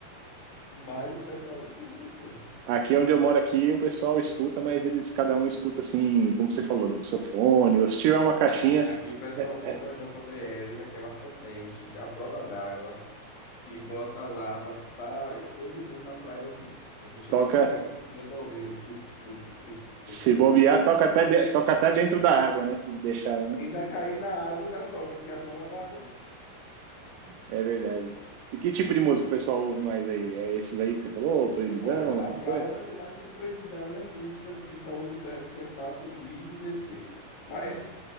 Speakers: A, on the left; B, on the right.
A: <laughs> Mas o pessoal escuta, assim.
B: Aqui onde eu moro aqui, o pessoal escuta, mas eles cada um escuta assim, como você falou, né? Com seu fone, ou se tiver uma caixinha,
A: Não, aqui o pessoal
B: é,
A: compra a JBL, aquela potente, a prova d'água. E bota lá para todo mundo na praia ouvir. Você chegou
B: toca
A: do ônibus, você já tá ouvindo tuk, tuk, tuk,
B: Se
A: tuk,
B: bobear,
A: tuk.
B: toca até, de- toca até dentro da água, né? Se deixar, né?
A: Ainda cair na água, ainda toca, porque é a prova d'água.
B: É verdade. E que tipo de música o pessoal ouve mais aí? É esses aí que você falou, Proibidão,
A: Olha, na
B: essas
A: praia
B: coisas?
A: vai ser mais esse proibidão e as músicas que só usam o verbo sentar, subir e descer. Mas,